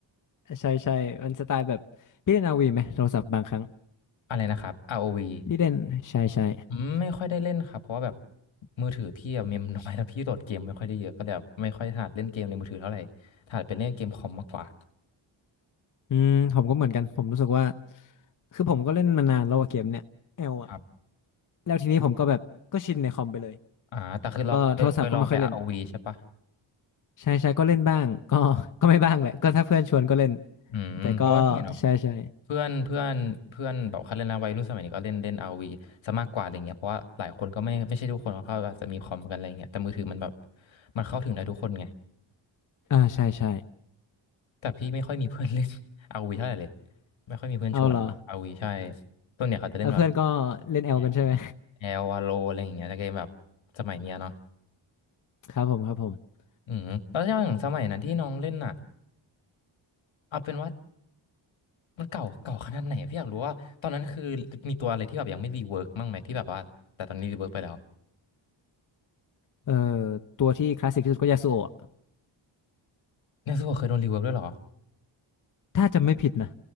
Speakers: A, on the left; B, on the left.
A: ใช่ใช่มันสไตล์แบบพี่เล่นอาวีไหมโทรศัพท์บางครั้ง
B: อะไรนะครับ ROV
A: พี่เล่นใช่ใช่
B: อืมไม่ค่อยได้เล่นครับเพราะว่าแบบมือถือพี่อะ <laughs> เมมน้อยแล้วพี่โหลดเกมไม่ค่อยได้เยอะก็เลยแบบไม่ค่อยถนัดเล่นเกมในมือถือเท่าไหร่ถนัดเป็นเล่นเกมคอมมากกว่า
A: อืมผมก็เหมือนกันผมรู้สึกว่าคือผมก็เล่นมานานแล้วอะเกมเนี้ยเอลอะ
B: ครับ
A: แล้วทีนี้ผมก็แบบก็ชินในคอมไปเลย
B: อ่าแต่คือลองเคยเคยลองไป
A: ก็โทรศัพท์ก็ไม่ค่อยเล่น
B: r วีใช่ปะ
A: ใช่ใช่ก็เล่นบ้างก็ <laughs> ก็ไม่บ้างแหละก็ถ้าเพื่อนชวนก็เล่น
B: อืมเพราะว่าพี่เห็นแบบ
A: แต่ก็ใช่ใช่
B: เพื่อนเพื่อนเพื่อนแบบเขาเล่นนะวัยรุ่นสมัยนี้ก็เล่นเล่น r วีซะมากกว่าอะไรเงี้ยเพราะว่าหลายคนก็ไม่ไม่ใช่ทุกคนเขาอาจจะมีคอมกันอะไรเงี้ยแต่มือถือมันแบบมันเข้าถึงได้ทุกคนไง
A: อ่าใช่ใช่
B: แต่พี่ไม่ค่อยมีเพื่อนเล่น <laughs> r วีเท่าไหร่เลยไม่ค่อยมีเพื่อนชวน
A: เอาเหรอ
B: r o ีใช่ส่วนเนี่ยเขาจะเล่นแบบ
A: แล้วเพื่อนก็เล่นเอลกันใช่ไหม
B: แอลแอลวาโลอะไรอย่างเงี้ยถ้าเกมแบบสมัยเนี้ยเนาะ
A: <laughs> ครับผมครับผม
B: อืมแล้วอย่างสมัยนั้นที่น้องเล่นอ่ะเอาเป็นว่ามันเก่าเก่าขนาดไหนพี่อยากรู้ว่าตอนนั้นคือมีตัวอะไรที่แบบยังไม่รีเวิร์กบ้างไหมที่แบบว่าแต่ตอนนี้รีเวิร์กไปแล้ว
A: เอ่อตัวที่คลาสสิกที่สุดก็ยาสุโอะ
B: ยาสูบเคยโดนรีเวิร์กด้วยเหรอ
A: ถ้าจำไม่ผิดนะ